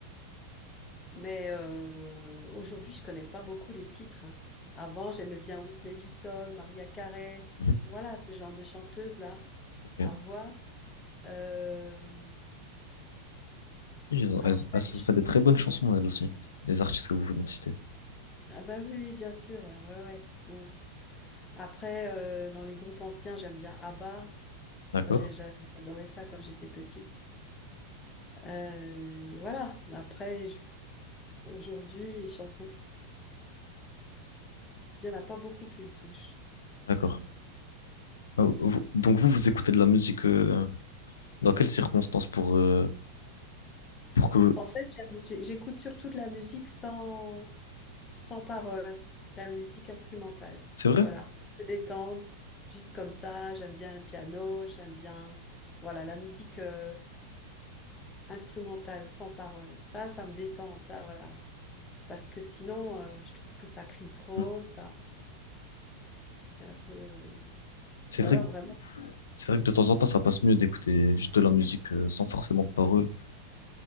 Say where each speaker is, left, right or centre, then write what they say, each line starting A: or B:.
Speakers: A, on the left; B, on the left.
A: mais euh, aujourd'hui, je connais pas beaucoup les titres. hein. Avant, j'aimais bien Whitney Houston, Maria Carey,
B: Mhm.
A: voilà, ce genre de chanteuse-là
B: Ok. Et
A: à voix. Euh,
B: Elles,
A: après,
B: ont- elles, elles
A: les ch-
B: ont fait des très bonnes chansons, elles aussi, les artistes que vous venez de citer.
A: ah bah oui, oui, bien sûr, ouais, ouais. ouais. Mm. Après, euh, dans les groupes anciens, j'aime bien ABBA.
B: D'accord?
A: Moi, j'ai- j'a- J'adorais ça quand j'étais petite. Euh, voilà. Après, je- aujourd'hui, les chansons, il n'y en a pas beaucoup qui me touchent.
B: D'accord.
A: Ouais.
B: Ah, vous- donc vous, vous écoutez de la musique euh, dans quelles circonstances pour, euh, pour que...
A: En fait, j'aime- j'ai- j'écoute surtout de la musique sans, sans parole, de la musique instrumentale.
B: C'est vrai?
A: Voilà, me détendre, juste comme ça. J'aime bien le piano, j'aime bien, voilà, la musique euh, instrumentale sans parole. Ça, ça me détend, ça, voilà. Parce que sinon, euh, je trouve que ça crie trop,
B: Mm.
A: ça, c'est un peu.
B: C'est
A: Ou
B: vrai,
A: alors
B: que-
A: vraiment,
B: c'est vrai que de temps en temps, ça passe mieux d'écouter juste de la musique euh, sans forcément de paroles.